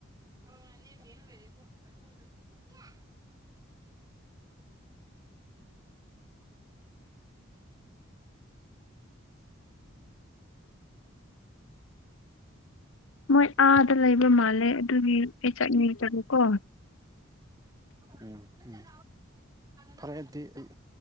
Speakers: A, on the right; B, on the left.
A: ꯑꯥ ꯅ‌ꯦ ꯕ‌ꯦꯡ ꯂꯩꯔꯤꯕꯨ ꯆ‍ꯦꯆ‍ꯦ
B: ꯃꯣꯏ ꯑꯥꯗ ꯂꯩꯕ ꯃꯥꯜꯂꯦ ꯑꯗꯨꯒꯤ ꯑꯩ ꯆꯠꯅꯤꯡ ꯇꯥꯕꯀꯣ
A: ꯎꯝ ꯎꯝ ꯐꯔꯦ ꯑꯗꯨꯗꯤ ꯑꯩ